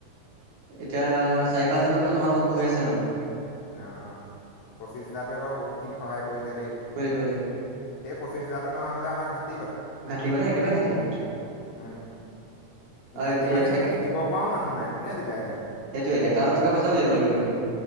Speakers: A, on the right; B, on the left.
A: এতিয়া চাৰি পাঁচ হাজাৰ মান টকা জমা হৈ আছে মানে।
B: অ' -অ' পঁচিশ হাজাৰটোৱে বাৰু বহুত খিনি সহায় কৰিলে দেই,
A: কৰিলে কৰিলে
B: সেই পঁচিছ হেজাৰটো নহা হ'লে আমাৰ ঘাট
A: ঘাটি মানে একেবাৰে ঘাটি আৰু।
B: উম
A: আৰু
B: ঘাটি
A: ইয়াত
B: মানে সেইখিনি
A: একা-
B: দিব পৰাও মানুহ নাই কোনে দিলেহেঁতেন।
A: সেইটোৱে একাউণ্টত থকা পইচাও <unintelligible> লাগিলেহেঁতেন।